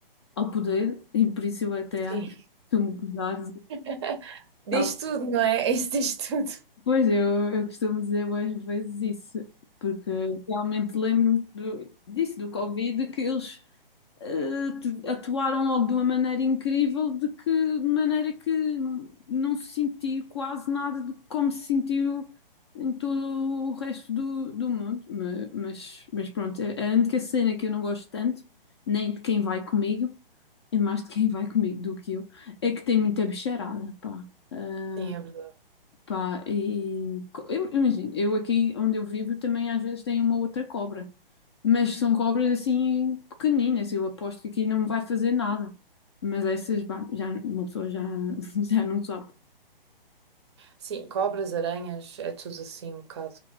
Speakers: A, on the left; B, on the right.
A: ao poder, e por isso eu até
B: Sim.
A: acho que me gozar.
B: <laughs> Diz
A: Tal.
B: tudo, não é? <laughs> Isso diz tudo.
A: Pois eu, eu costumo dizer várias vezes isso, porque realmente lembro do- disso, do Covid, que eles eh, tu- atuaram logo de uma maneira incrível, de que de maneira que não se sentiu quase nada de como se sentiu em todo o resto do, do mundo. Ma- Mas, mas pronto, é a única cena que eu não gosto tanto, nem de quem vai comigo, é mais de quem vai comigo do que eu, é que tem muita bicharada, pá. Ah,
B: Sim, é verdade.
A: Pá, e co- eu- imagina, eu aqui onde eu vivo também às vezes tem uma outra cobra, mas são cobras assim pequeninas, eu aposto que aqui não vai fazer nada. Mas essas, pá, já, uma pessoa já, <laughs> já não sabe.
B: Sim, cobras, aranhas, é tudo assim um bocado.